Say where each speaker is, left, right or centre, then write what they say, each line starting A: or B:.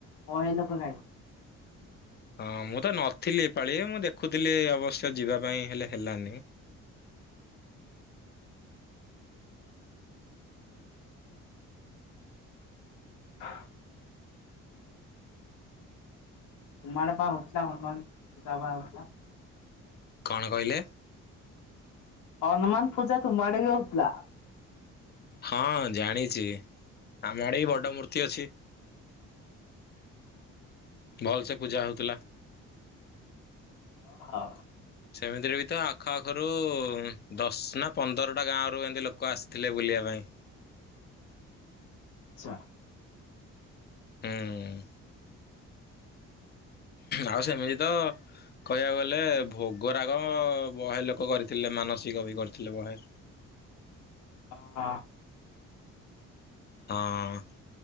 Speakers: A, on the left; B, on the left.
A: ଓ ହେନ ଖାାଇ
B: ହଁ ମୁଁ ତ ନଥିଲି ଏପାଳି ମୁଁ ଦେଖୁଥିଲି ଅବଶ୍ୟ ଯିବା ପାଇଁ ହେଲେ ହେଲାନି
A: ହ ଉମାଡପା ଓଟଥିଲା ହ ସୁା ବାଟଲା
B: କଣ କହିଲେ
A: ହନୁମାନ ପୂଜା ତୁମ ଆଡେ ବି ହଉଥିଲା
B: ହଁ ଜାଣିଛି ଆମ ଆଡେ ବି ବଡ ମୂର୍ତ୍ତି ଅଛି ଭଲସେ ପୂଜା ହଉଥିଲା
A: ହଁ ହଁ
B: ସେମିତିରେ ବି ତ ଆଖ ପାଖରୁ ଦଶ ନା ପନ୍ଦରଟା ଗାଁ ରୁ ଏମତି ଲୋକ ଆସିଥିଲେ ବୁଲିବା ପାଇଁ
A: ଆଚଛା
B: ହୁଁ ଆଉ ସେମିତି ତ କହିବାକୁ ଗଲେ ଭୋଗରାଗ ବହେ ଲୋକ କରିଥିଲେ ମାନସିକ ବି କରିଥିଲେ ବହେ
A: ହ
B: ହଁ